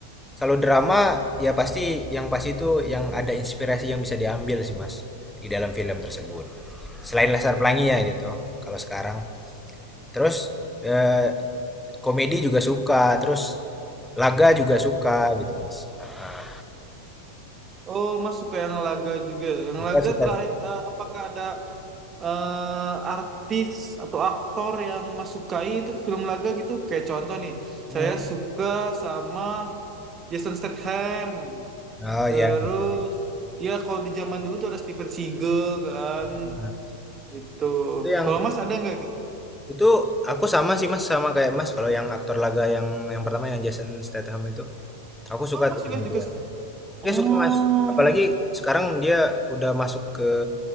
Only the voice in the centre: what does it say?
kalau drama ya pasti yang pasti itu yang ada inspirasi yang bisa diambil sih Mas, di dalam film tersebut. Selain Laskar Pelangi ya gitu kalau sekarang. Terus, eee, komedi juga suka, terus laga juga suka gitu Mas, heeh.
Laga
suka
mhm,
oh
iya. iya, iya.
Nah,
itu yang
itu aku sama sih Mas sama kayak Mas kalau yang aktor laga yang yang pertama yang Jason Statham itu aku suka
tuh
sama
dia.
Dia suka Mas. Apalagi sekarang dia udah masuk ke